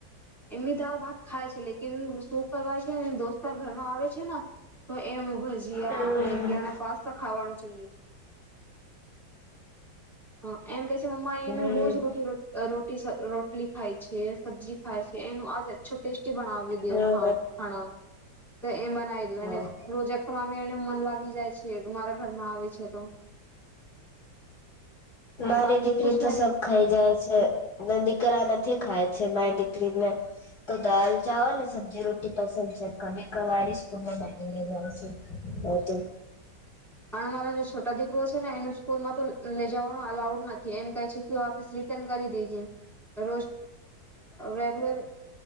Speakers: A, in the centre; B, on the left.
A: એમ દાર ભાત ખાય છે લેકન શું કરવાય છે દોસ્ત ાર ઘરમાં આવે છે તો એમનું ભજીયા
B: હમ્મ
A: મેગી અને પાસ્તા ખાવાનું છે હ એમ કે મમ્મા એને
B: હમ્મ
A: રોજ રો રોટી રોટલી ખાય છેી સબ્જી ખાય છે એનું આજ અ્છો ટેસ્ટી બનાવી દ
B: હમ્મ
A: ખાણામાં તો એમ બનાવી દ
B: હમ્મ.
A: અનેને રોજા ખ એને મન લાગી જાય છે મારા ઘરમાં આવે છે તો
B: મારી
A: બાકી
B: દીકરી
A: કુછ નહી
B: તો સબ ખાઈ જાય છે દીકરી દીકરા નથી ખાય છે મારી દીકરીને તો દાલ ચાવલ ને સબ્જી રટી પસંદ છે કભી કવાળી સ્કૂલ માનીઈ જાય છે બ તો
A: પણ અમારા જે છોટા દીકરો છે ને એને સ્કૂલ માં તો લઇ જવાનો અલાઉડ નથી એમ કહે છે કેીસ રિટર્ન કરી દેજે રોજ રેગુલર